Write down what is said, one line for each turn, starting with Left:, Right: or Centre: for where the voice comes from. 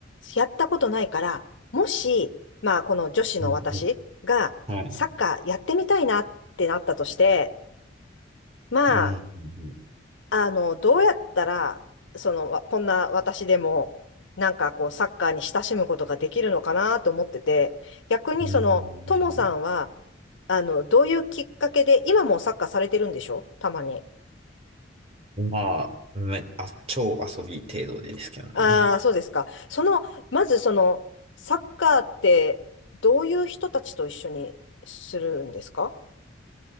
Left: やったことないから、もし、まあ、この女子の私がサッカーやってみたいなってなったとして、
Right: うん、うん、はい。
Left: まあ、
Right: うん、うん、
Left: あの、どうやったら、その、わこんな私でも、なんかこう、サッカーに親しむことができるのかなと思ってて、逆にその、
Right: うん。うん
Left: ともさんは、あの、どういうきっかけで、今もサッカーされてるんでしょたまに。
Right: うんまあ、め、あ、超遊び程度ですけどね。
Left: ああ、そうですか。その、まずその、サッカーって、どういう人たちと一緒にするんですか